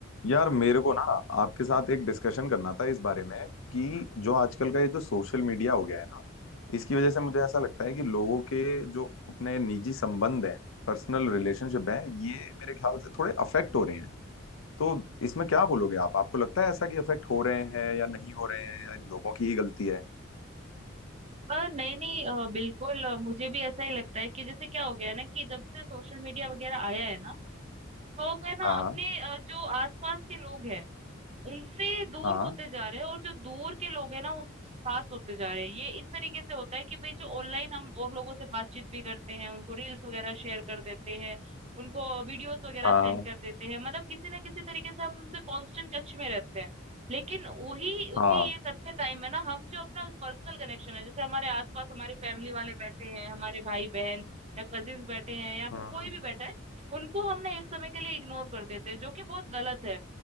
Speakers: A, on the left; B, on the right.
A: यार मेरे को ना आपके साथ एक डिस्कशन करना था इस बारे में कि जो आजकल का ये जो सोशल मीडिया हो गया है ना इसकी वजह से मुझे ऐसा लगता है कि लोगों के जो अपने निजी संबंध हैं पर्सनल रिलेशनशिप हैं ये मेरे ख्याल से थोड़े अफेक्ट हो रहे हैं तो इसमें क्या बोलोगे आप आपको लगता है ऐसा कि अफेक्ट हो रहे हैं या नहीं हो रहे हैं या इन लोगों की ही गलती है
B: आ, नहीं नहीं अ, बिल्कुल अ, मुझे भी ऐसा ही लगता है कि जैसे क्या हो गया है ना कि जब से सोशल मीडिया वगैरह आया है ना तो लोग है ना
A: हाँ
B: अपने अ, जो आसपास के लोग हैं उनसे दूर
A: हाँ
B: होते जा रहे हैं और जो दूर के लोग हैं ना उनसे पास होते जा रहे हैं ये इस तरीके से होता है कि भाई जो ऑनलाइन हम और लोगों से बातचीत भी करते हैं उनको रील्स वगैरह शेयर कर देते हैं उनको वीडियोस वगैरह
A: हाँ
B: सेंड कर देते हैं मतलब किसी ना किसी तरीके से हम उनसे कांस्टेंट टच में रहते हैं लेकिन वही उसी
A: हाँ हाँ
B: ये करते टाइम है ना हम जो अपना पर्सनल कनेक्शन है जैसे हमारे आसपास हमारे फैमिली वाले बैठे हैं हमारे भाई बहन या कजिन्स बैठे हैं या फिर
A: हम्म,
B: कोई भी बैठा है उनको हमने एक समय के लिए इग्नोर कर देते हैं जो कि बहुत गलत है